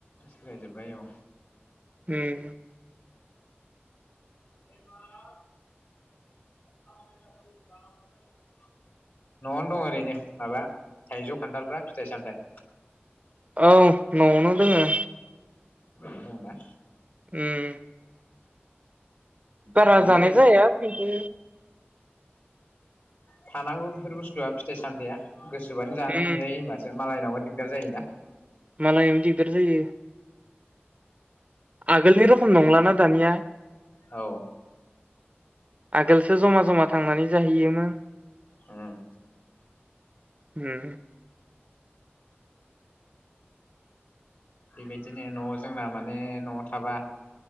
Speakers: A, on the left; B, on the right.
A: सोलायजोबबाय औ।
B: ओम
A: <inaudible> न'आवनो दं ओरैनो माबा थाइजौ खान्थालफ्रा फिथाइ सामथाइ
B: औ न'आवनो दोङो।
A: नङावनो दंना?
B: उम बारा
A: थानांगौलै
B: जानाय जाया बिबो
A: थानांगौ बेफोर बुस्थुआ फिथाइ सामथाइया गोसोबानो जानो
B: उम
A: मोनजायो होमबासो मालायनावबा दिगदार जायोना
B: मिलायनाव दिगदार जायो। आगोलनि रखम नंलाना दानिया
A: औ
B: आगोलसो जमा जमा थांनानै जाहैयोमोन
A: ओम
B: ओम
A: बेबायदिनो न' जोंना माने न'आव थाबा